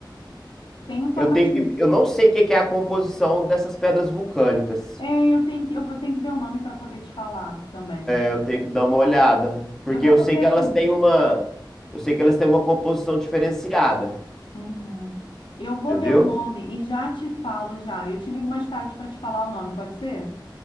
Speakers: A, on the left (about 80°); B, in the centre.
A: Tem um formatinho.
B: Eu tenho que, eu não sei o que que é a composição dessas pedras vulcânicas.
A: É, eu tenho que, eu vou ter que ver o nome para poder te falar também.
B: Eu tenho que dar uma olhada, porque
A: Eu vou
B: eu
A: fazer
B: sei que
A: assim.
B: elas têm uma, eu sei que elas têm uma composição diferenciada,
A: Uhum. Eu vou
B: entendeu?
A: ver o nome e já te falo já. Eu te ligo mais tarde para te falar o nome, pode ser?